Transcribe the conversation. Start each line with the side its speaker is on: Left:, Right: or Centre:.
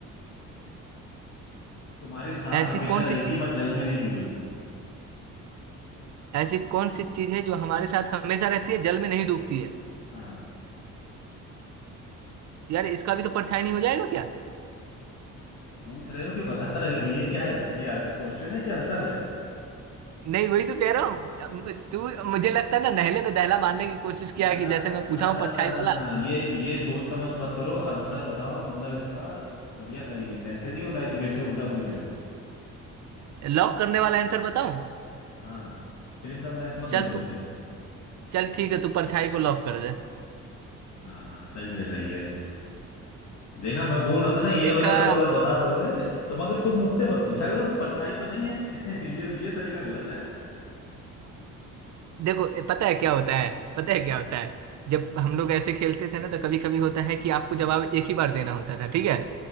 Left: तुम्हारे साथ
Right: ऐसी
Left: हमेशा
Right: कौन
Left: रहेगी
Right: सी चीज
Left: पर जल में नहीं डूबेगी
Right: ऐसी कौन सी चीज है जो हमारे साथ हमेशा रहती है जल में नहीं डूबती है
Left: हाँ
Right: यार इसका भी तो परछाई नहीं हो जाएगा क्या
Left: पूछ रहे हो कि बता रहे हो ये क्या है ये क्वेश्चन है कि आंसर है
Right: नहीं वही तो कह रहा हूँ अम, तू मुझे लगता है ना नहले पे दहला मारने की कोशिश किया
Left: ना
Right: है कि
Left: ना
Right: जैसे मैं पूछा
Left: ना
Right: हूँ
Left: ना
Right: परछाई
Left: ना ना
Right: वाला
Left: ना ये ये सोच समझ मत करो आंसर बताओ मतलब इसका बढ़िया तरीके से ऐसे नहीं होता है कि मेरे से उल्टा पूछ रहे हो
Right: लॉक करने वाला आंसर बताऊं
Left: हाँ फिर इन द ब्लैंक्स मत
Right: चल
Left: देना मुझे
Right: तू चल ठीक है तू परछाई को लॉक कर दे
Left: हाँ सही है सही है देखा मैं बोल रहा था ना ये
Right: देखा
Left: वाला तुम अगर बता दोगे तो मगर तुम मुझसे मत पूछा करो कि परछाई तो नहीं है <laughs> ये ये तरीका गलत है
Right: देखो ए, पता है क्या होता है पता है क्या होता है जब हम लोग ऐसे खेलते थे ना तो कभी कभी होता है कि आपको जवाब एक ही बार देना होता था ठीक है